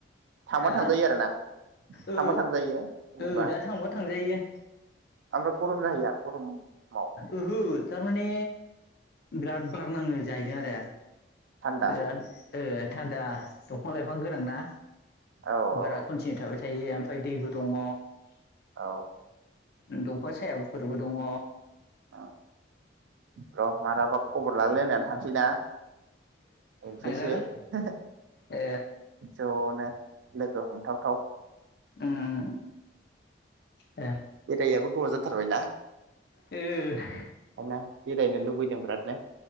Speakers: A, on the right; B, on the left.
A: थांबा
B: हा
A: थांजायो आरो ना थांबा
B: ओ
A: थांजायो जेनेबा
B: ओ दा थांबा थांजायो।
A: <unintelligible> गरम जाहैया गरमाव
B: ओहो थारमाने बिराद बार नाङो जाहैदों आरो।
A: थान्दा
B: बिराद ओ थानदा दंफां लाइफां गोनां ना?
A: औ
B: बारा
A: औ
B: कन्टिनिउ थाबाय थायिया फ्राय दैबो दंङ
A: औ
B: दंफां सायाफोरबो दंङ।
A: औ र मालाबा खबर लाललायनानै थांसैना <unintelligible>
B: थांजागोन ओ
A: जनो लोगो हमथावथाव
B: ओम ओम ए
A: बेरायाबो गोबाव जाथारबायना।
B: ओह
A: आर ना बेरायनो लुबैदों बिरादनो